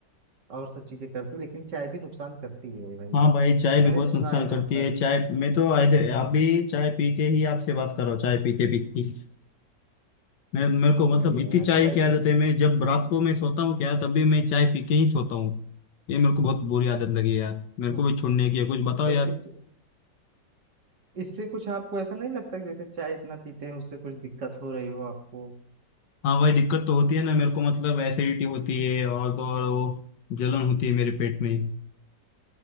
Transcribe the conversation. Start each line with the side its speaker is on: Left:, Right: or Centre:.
Right: और सब चीजें करती लेकिन चाय भी नुकसान करती है भाई
Left: हाँ भाई चाय भी
Right: मैंने
Left: बहुत
Right: सुना
Left: नुकसान
Right: है जहां
Left: करती
Right: तक
Left: है चाय मैं तो आधे- अभी चाय पी के ही आपसे बात कर रहा हूँ चाय पीते पीते मेरे मेरे को
Right: अरे
Left: मतलब
Right: यार,
Left: इतनी चाय
Right: अच्छा
Left: की
Right: ठीक
Left: आदत है
Right: है
Left: मैं जब रात को मैं सोता हूँ क्या तभी मैं चाय पी के ही सोता हूँ ये मेरे को बहुत बुरी आदत लगी है यार मेरे
Right: मस्त।
Left: को भी छोड़ने
Right: है।
Left: की है कुछ बताओ
Right: तो
Left: यार
Right: इस इससे कुछ आपको ऐसा नहीं लगता कि जैसे चाय इतना पीते हैं उससे कुछ दिक्कत हो रही हो आपको
Left: हाँ वही दिक्कत तो होती है ना मेरे को मतलब एसिडिटी होती है और तो और वो जलन होती है मेरे पेट में